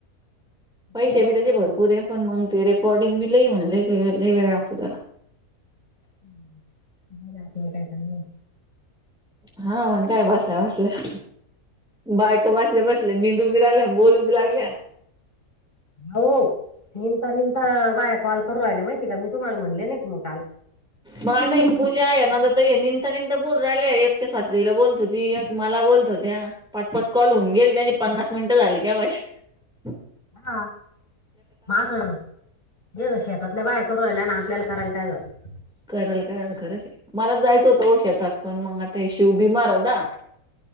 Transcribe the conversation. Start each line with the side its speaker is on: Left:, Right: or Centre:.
Centre: पैसे
Left: दे बरं
Centre: बी त्याचे
Left: का
Centre: भरपूर आहे पण मग ते रेकॉर्डिंग बी लई म्हणाले ल वेळ लागतो त्याला
Left: <inaudible> नाही आपल काय नाही
Centre: हा मण काय बसल्या बसल्या बायका बसल्या बसल्या निंदू बी लागल्या, बोलू बी लागल्या.
Left: हो निनता निनता बाया कॉल करू राहिला माहिती का मी तुम्हाला म्हणले नाही मग काल
Centre: मग आता ही पूजा आहे ना निंतता निंतता बोल राहि एकट्या साथी तईला बोलतो ती मला बोलत होत्या पाच पाच कॉल होऊन गेल त्यानी पन्नास मिनिटं झाली का माझ्या
Left: हा माझ हे ना शेतातल्या बाय करू राहिल्या ना आपल्याला करायला काय जात
Centre: कराल कराल खरंच मला जायचं होतं हो शेतात पण मग आता शिव बी मार हो दा